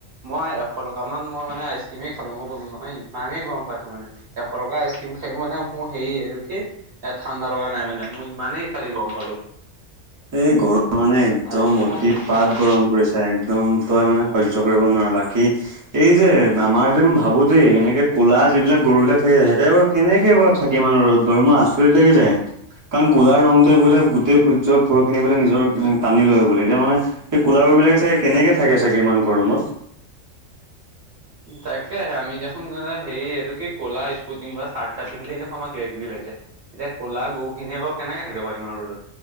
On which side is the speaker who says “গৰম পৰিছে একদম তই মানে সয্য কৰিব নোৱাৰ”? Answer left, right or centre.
Right